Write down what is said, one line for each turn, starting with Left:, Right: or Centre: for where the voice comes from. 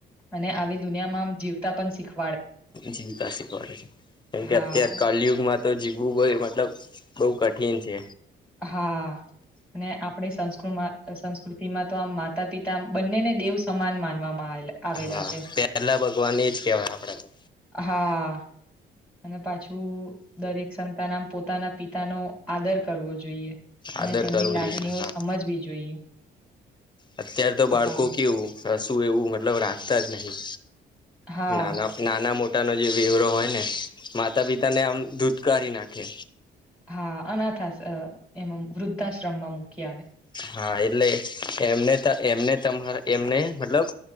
Centre: અને આવી દુનિયામાં આમ જીવતા પણ શીખવા
Left: જીવતા શીખવાડે છે કેમ કે
Centre: હા,
Left: અત્ય્યારે કલયુગમાં તો જીવવું હોય મતલબ બહુ ક્ઠીન છે.
Centre: હા અને આપણી સંસ્ કૃતિ માં તો આમ માતા પિતામ બંને ને દેવ સમાન માનવામાં આવેલા. આવેલા
Left: હા
Centre: છે.
Left: પેલા ભગવાન એ જ કેહેવાય આપડે.
Centre: હા. અને પાછું દરેક સંતાન આમ પોતાના પિતાનો આદર કરવો જોઈએ. અને
Left: આદર
Centre: તેમની
Left: કરવો
Centre: લાગણીઓ
Left: જોઈએ હા
Centre: સમજવી જોઈએ.
Left: અત્યારે તો બાળકો
Centre: હા,
Left: કેવું શું એવું મતલબ રાખતા જ નહી.
Centre: હા,
Left: નાના નાના મોટા નો જે વેવરો હોય ને માતા પિતા ને આમ ધૂધકારી નાખે.
Centre: હા અનાથઆશ એમ વૃદ્ધાશ્રમમાં મૂકી આવે.
Left: હા એટલે એમને ત એમને તમારે એમને મતલબ